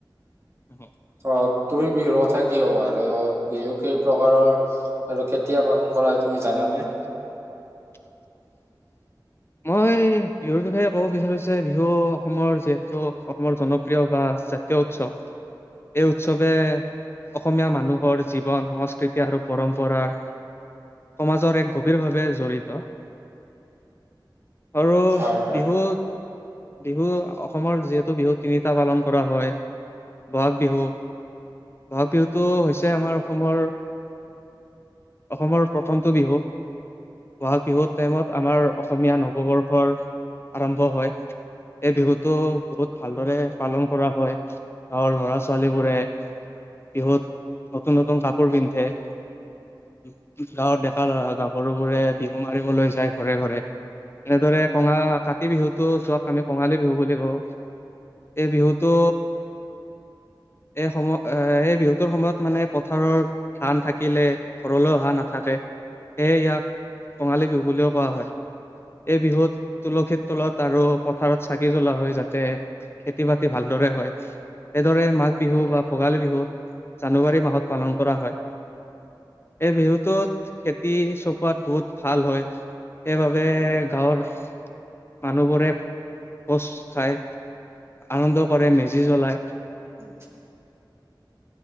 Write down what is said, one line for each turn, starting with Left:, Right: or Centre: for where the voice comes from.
Left: হ
Right: অ তুমি বিহুৰ কথা কি ক'বা আৰু বিহু কেই প্ৰকাৰৰ আৰু কেতিয়া পালন কৰা হয় তুমি জানানে?
Left: <inaudible> মই বিহুৰ বিষয়ে ক'ব বিচাৰিছো যে বিহু অসমৰ যিহেতু অসমৰ জনপ্ৰিয় বা জাতীয় উৎসৱ, এই উৎসৱে অসমীয়া মানুহৰ জীৱন, সংস্কৃতি আৰু পৰম্পৰাৰ সমাজৰ এক গভীৰভাৱে জড়িত। আৰু
Right: হয় হয়
Left: বিহু বিহু অসমৰ যিহেতু বিহু তিনিটা পালন কৰা হয় বহাগ বিহু বহাগ বিহুটো হৈছে আমাৰ অসমৰ অসমৰ প্ৰথমটো বিহু বহাগ বিহুৰ টাইমত আমাৰ অস অসমীয়া নৱবৰ্ষৰ আৰম্ভ হয়। এই বিহুটো বহুত ভালদৰে পালন কৰা হয় গাঁৱৰ লৰা ছোৱালী বোৰে বিহুত নতুন, নতুন কাপোৰ পিন্ধে। গাঁৱত ডেকা লৰা গাভৰুবোৰে বিহু মাৰিবলৈ যায় ঘৰে ঘৰে। এনেদৰে কঙা কাতি বিহুটো চোৱাক আমি কঙালী বিহু বুলি কওঁ। এই বিহুটো এই সময় এ এই বিহু টোৰ সময়ত মানে পথাৰৰ ধান থাকিলে ঘৰলৈ অহা নাথাকে সেয়ে ইয়াক কঙালী বিহু বুলিও কোৱা হয়। এই বিহুত তুলসীৰ তলত আৰু পথাৰত চাকি জ্বলা হয় যাতে খেতি-বাতি ভালদৰে হয়, সেইদৰে মাঘ বিহু বা ভোগালী বিহুত জানুৱাৰী মাহত পালন কৰা হয়। এই বিহুটোত খেতি চপোৱাত বহুত ভাল হয়, সেইবাবে গাঁৱৰ মানুহবোৰে ভোজ খায়, আনন্দ কৰে মেজি জ্বলাই।
Right: <inaudible>